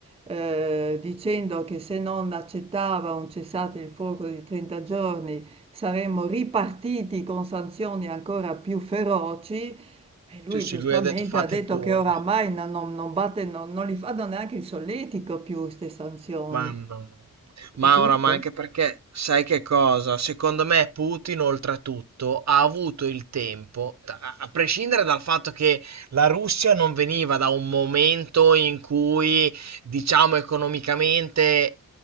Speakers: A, on the right; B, on the right.
A: eh, dicendo che se non accettava un cessate il fuoco di 30 giorni saremmo ripartiti con sanzioni ancora più feroci, e lui
B: Sì, sì,
A: giustamente
B: lui ha detto fate
A: ha detto
B: pure,
A: che oramai no- non, non batte- non- non li fanno neanche il solletico più queste sanzioni,
B: ma no. no. Maura,
A: è giusto?
B: ma anche perché sai che cosa? Secondo me Putin, oltretutto, ha avuto il tempo, a a prescindere dal fatto che la Russia non veniva da un momento in cui, diciamo, economicamente